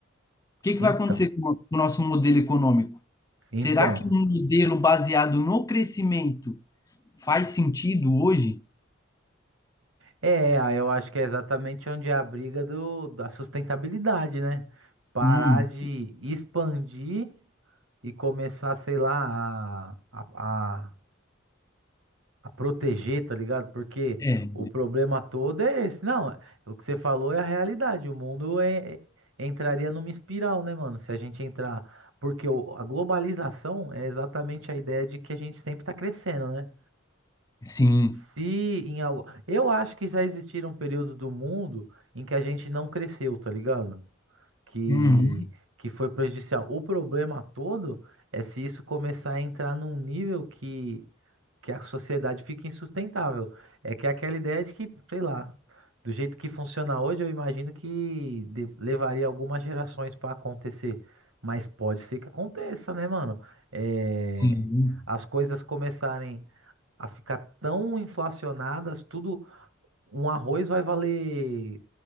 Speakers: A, on the left (about 15°); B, on the right (about 85°).
A: o que que
B: Então,
A: vai acontecer com o com o nosso modelo econômico?
B: então,
A: Será que um modelo baseado no crescimento faz sentido hoje?
B: é, aí eu acho que é exatamente onde é a briga do, da sustentabilidade, né? Parar
A: Hum,
B: de expandir e começar, sei lá, a, a, a a proteger, tá ligado? Porque
A: é,
B: o problema todo é esse. Não, o que você falou é a realidade. O mundo é, é- entraria numa espiral, né, mano? Se a gente entrar. Porque o- a globalização é exatamente a ideia de que a gente sempre tá crescendo, né?
A: sim.
B: Se em algo. Eu acho que já existiram períodos do mundo em que a gente não cresceu, tá ligado? que,
A: Uhum,
B: que foi prejudicial. O problema todo é se isso começar a entrar num nível que, que a sociedade fica insustentável. É que é aquela ideia de que, sei lá, do jeito que funciona hoje, eu imagino que de- levaria algumas gerações para acontecer. Mas pode ser que aconteça, né, mano? É,
A: sim,
B: as coisas começarem a ficar tão inflacionadas, tudo um arroz vai valer